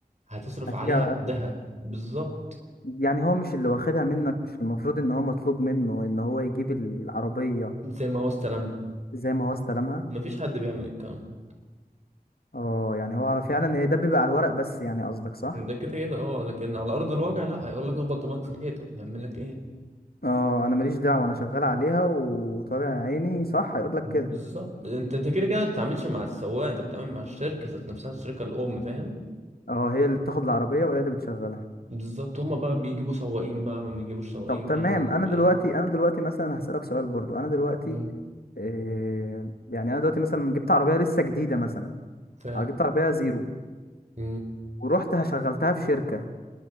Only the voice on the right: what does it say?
هتصرف
عليها
قدها
بالظبط
زي ما هو استلمها
مفيش حد بيعمل الكلام ده
ده كده كده اه لكن على ارض الواقع لا هيقول لك اخبط دماغك في الحيطه هيعمل لك ايه
بالظبط
انت انت كده كده ما بتتعاملش مع السواق انت بتتعامل مع الشركه ذات نفسها الشركه الام فاهم
بالظبط هما بقى بيجيبوا سواقين بقى ما بيجيبوش سواقين
فاهم
مم.
ف
مم.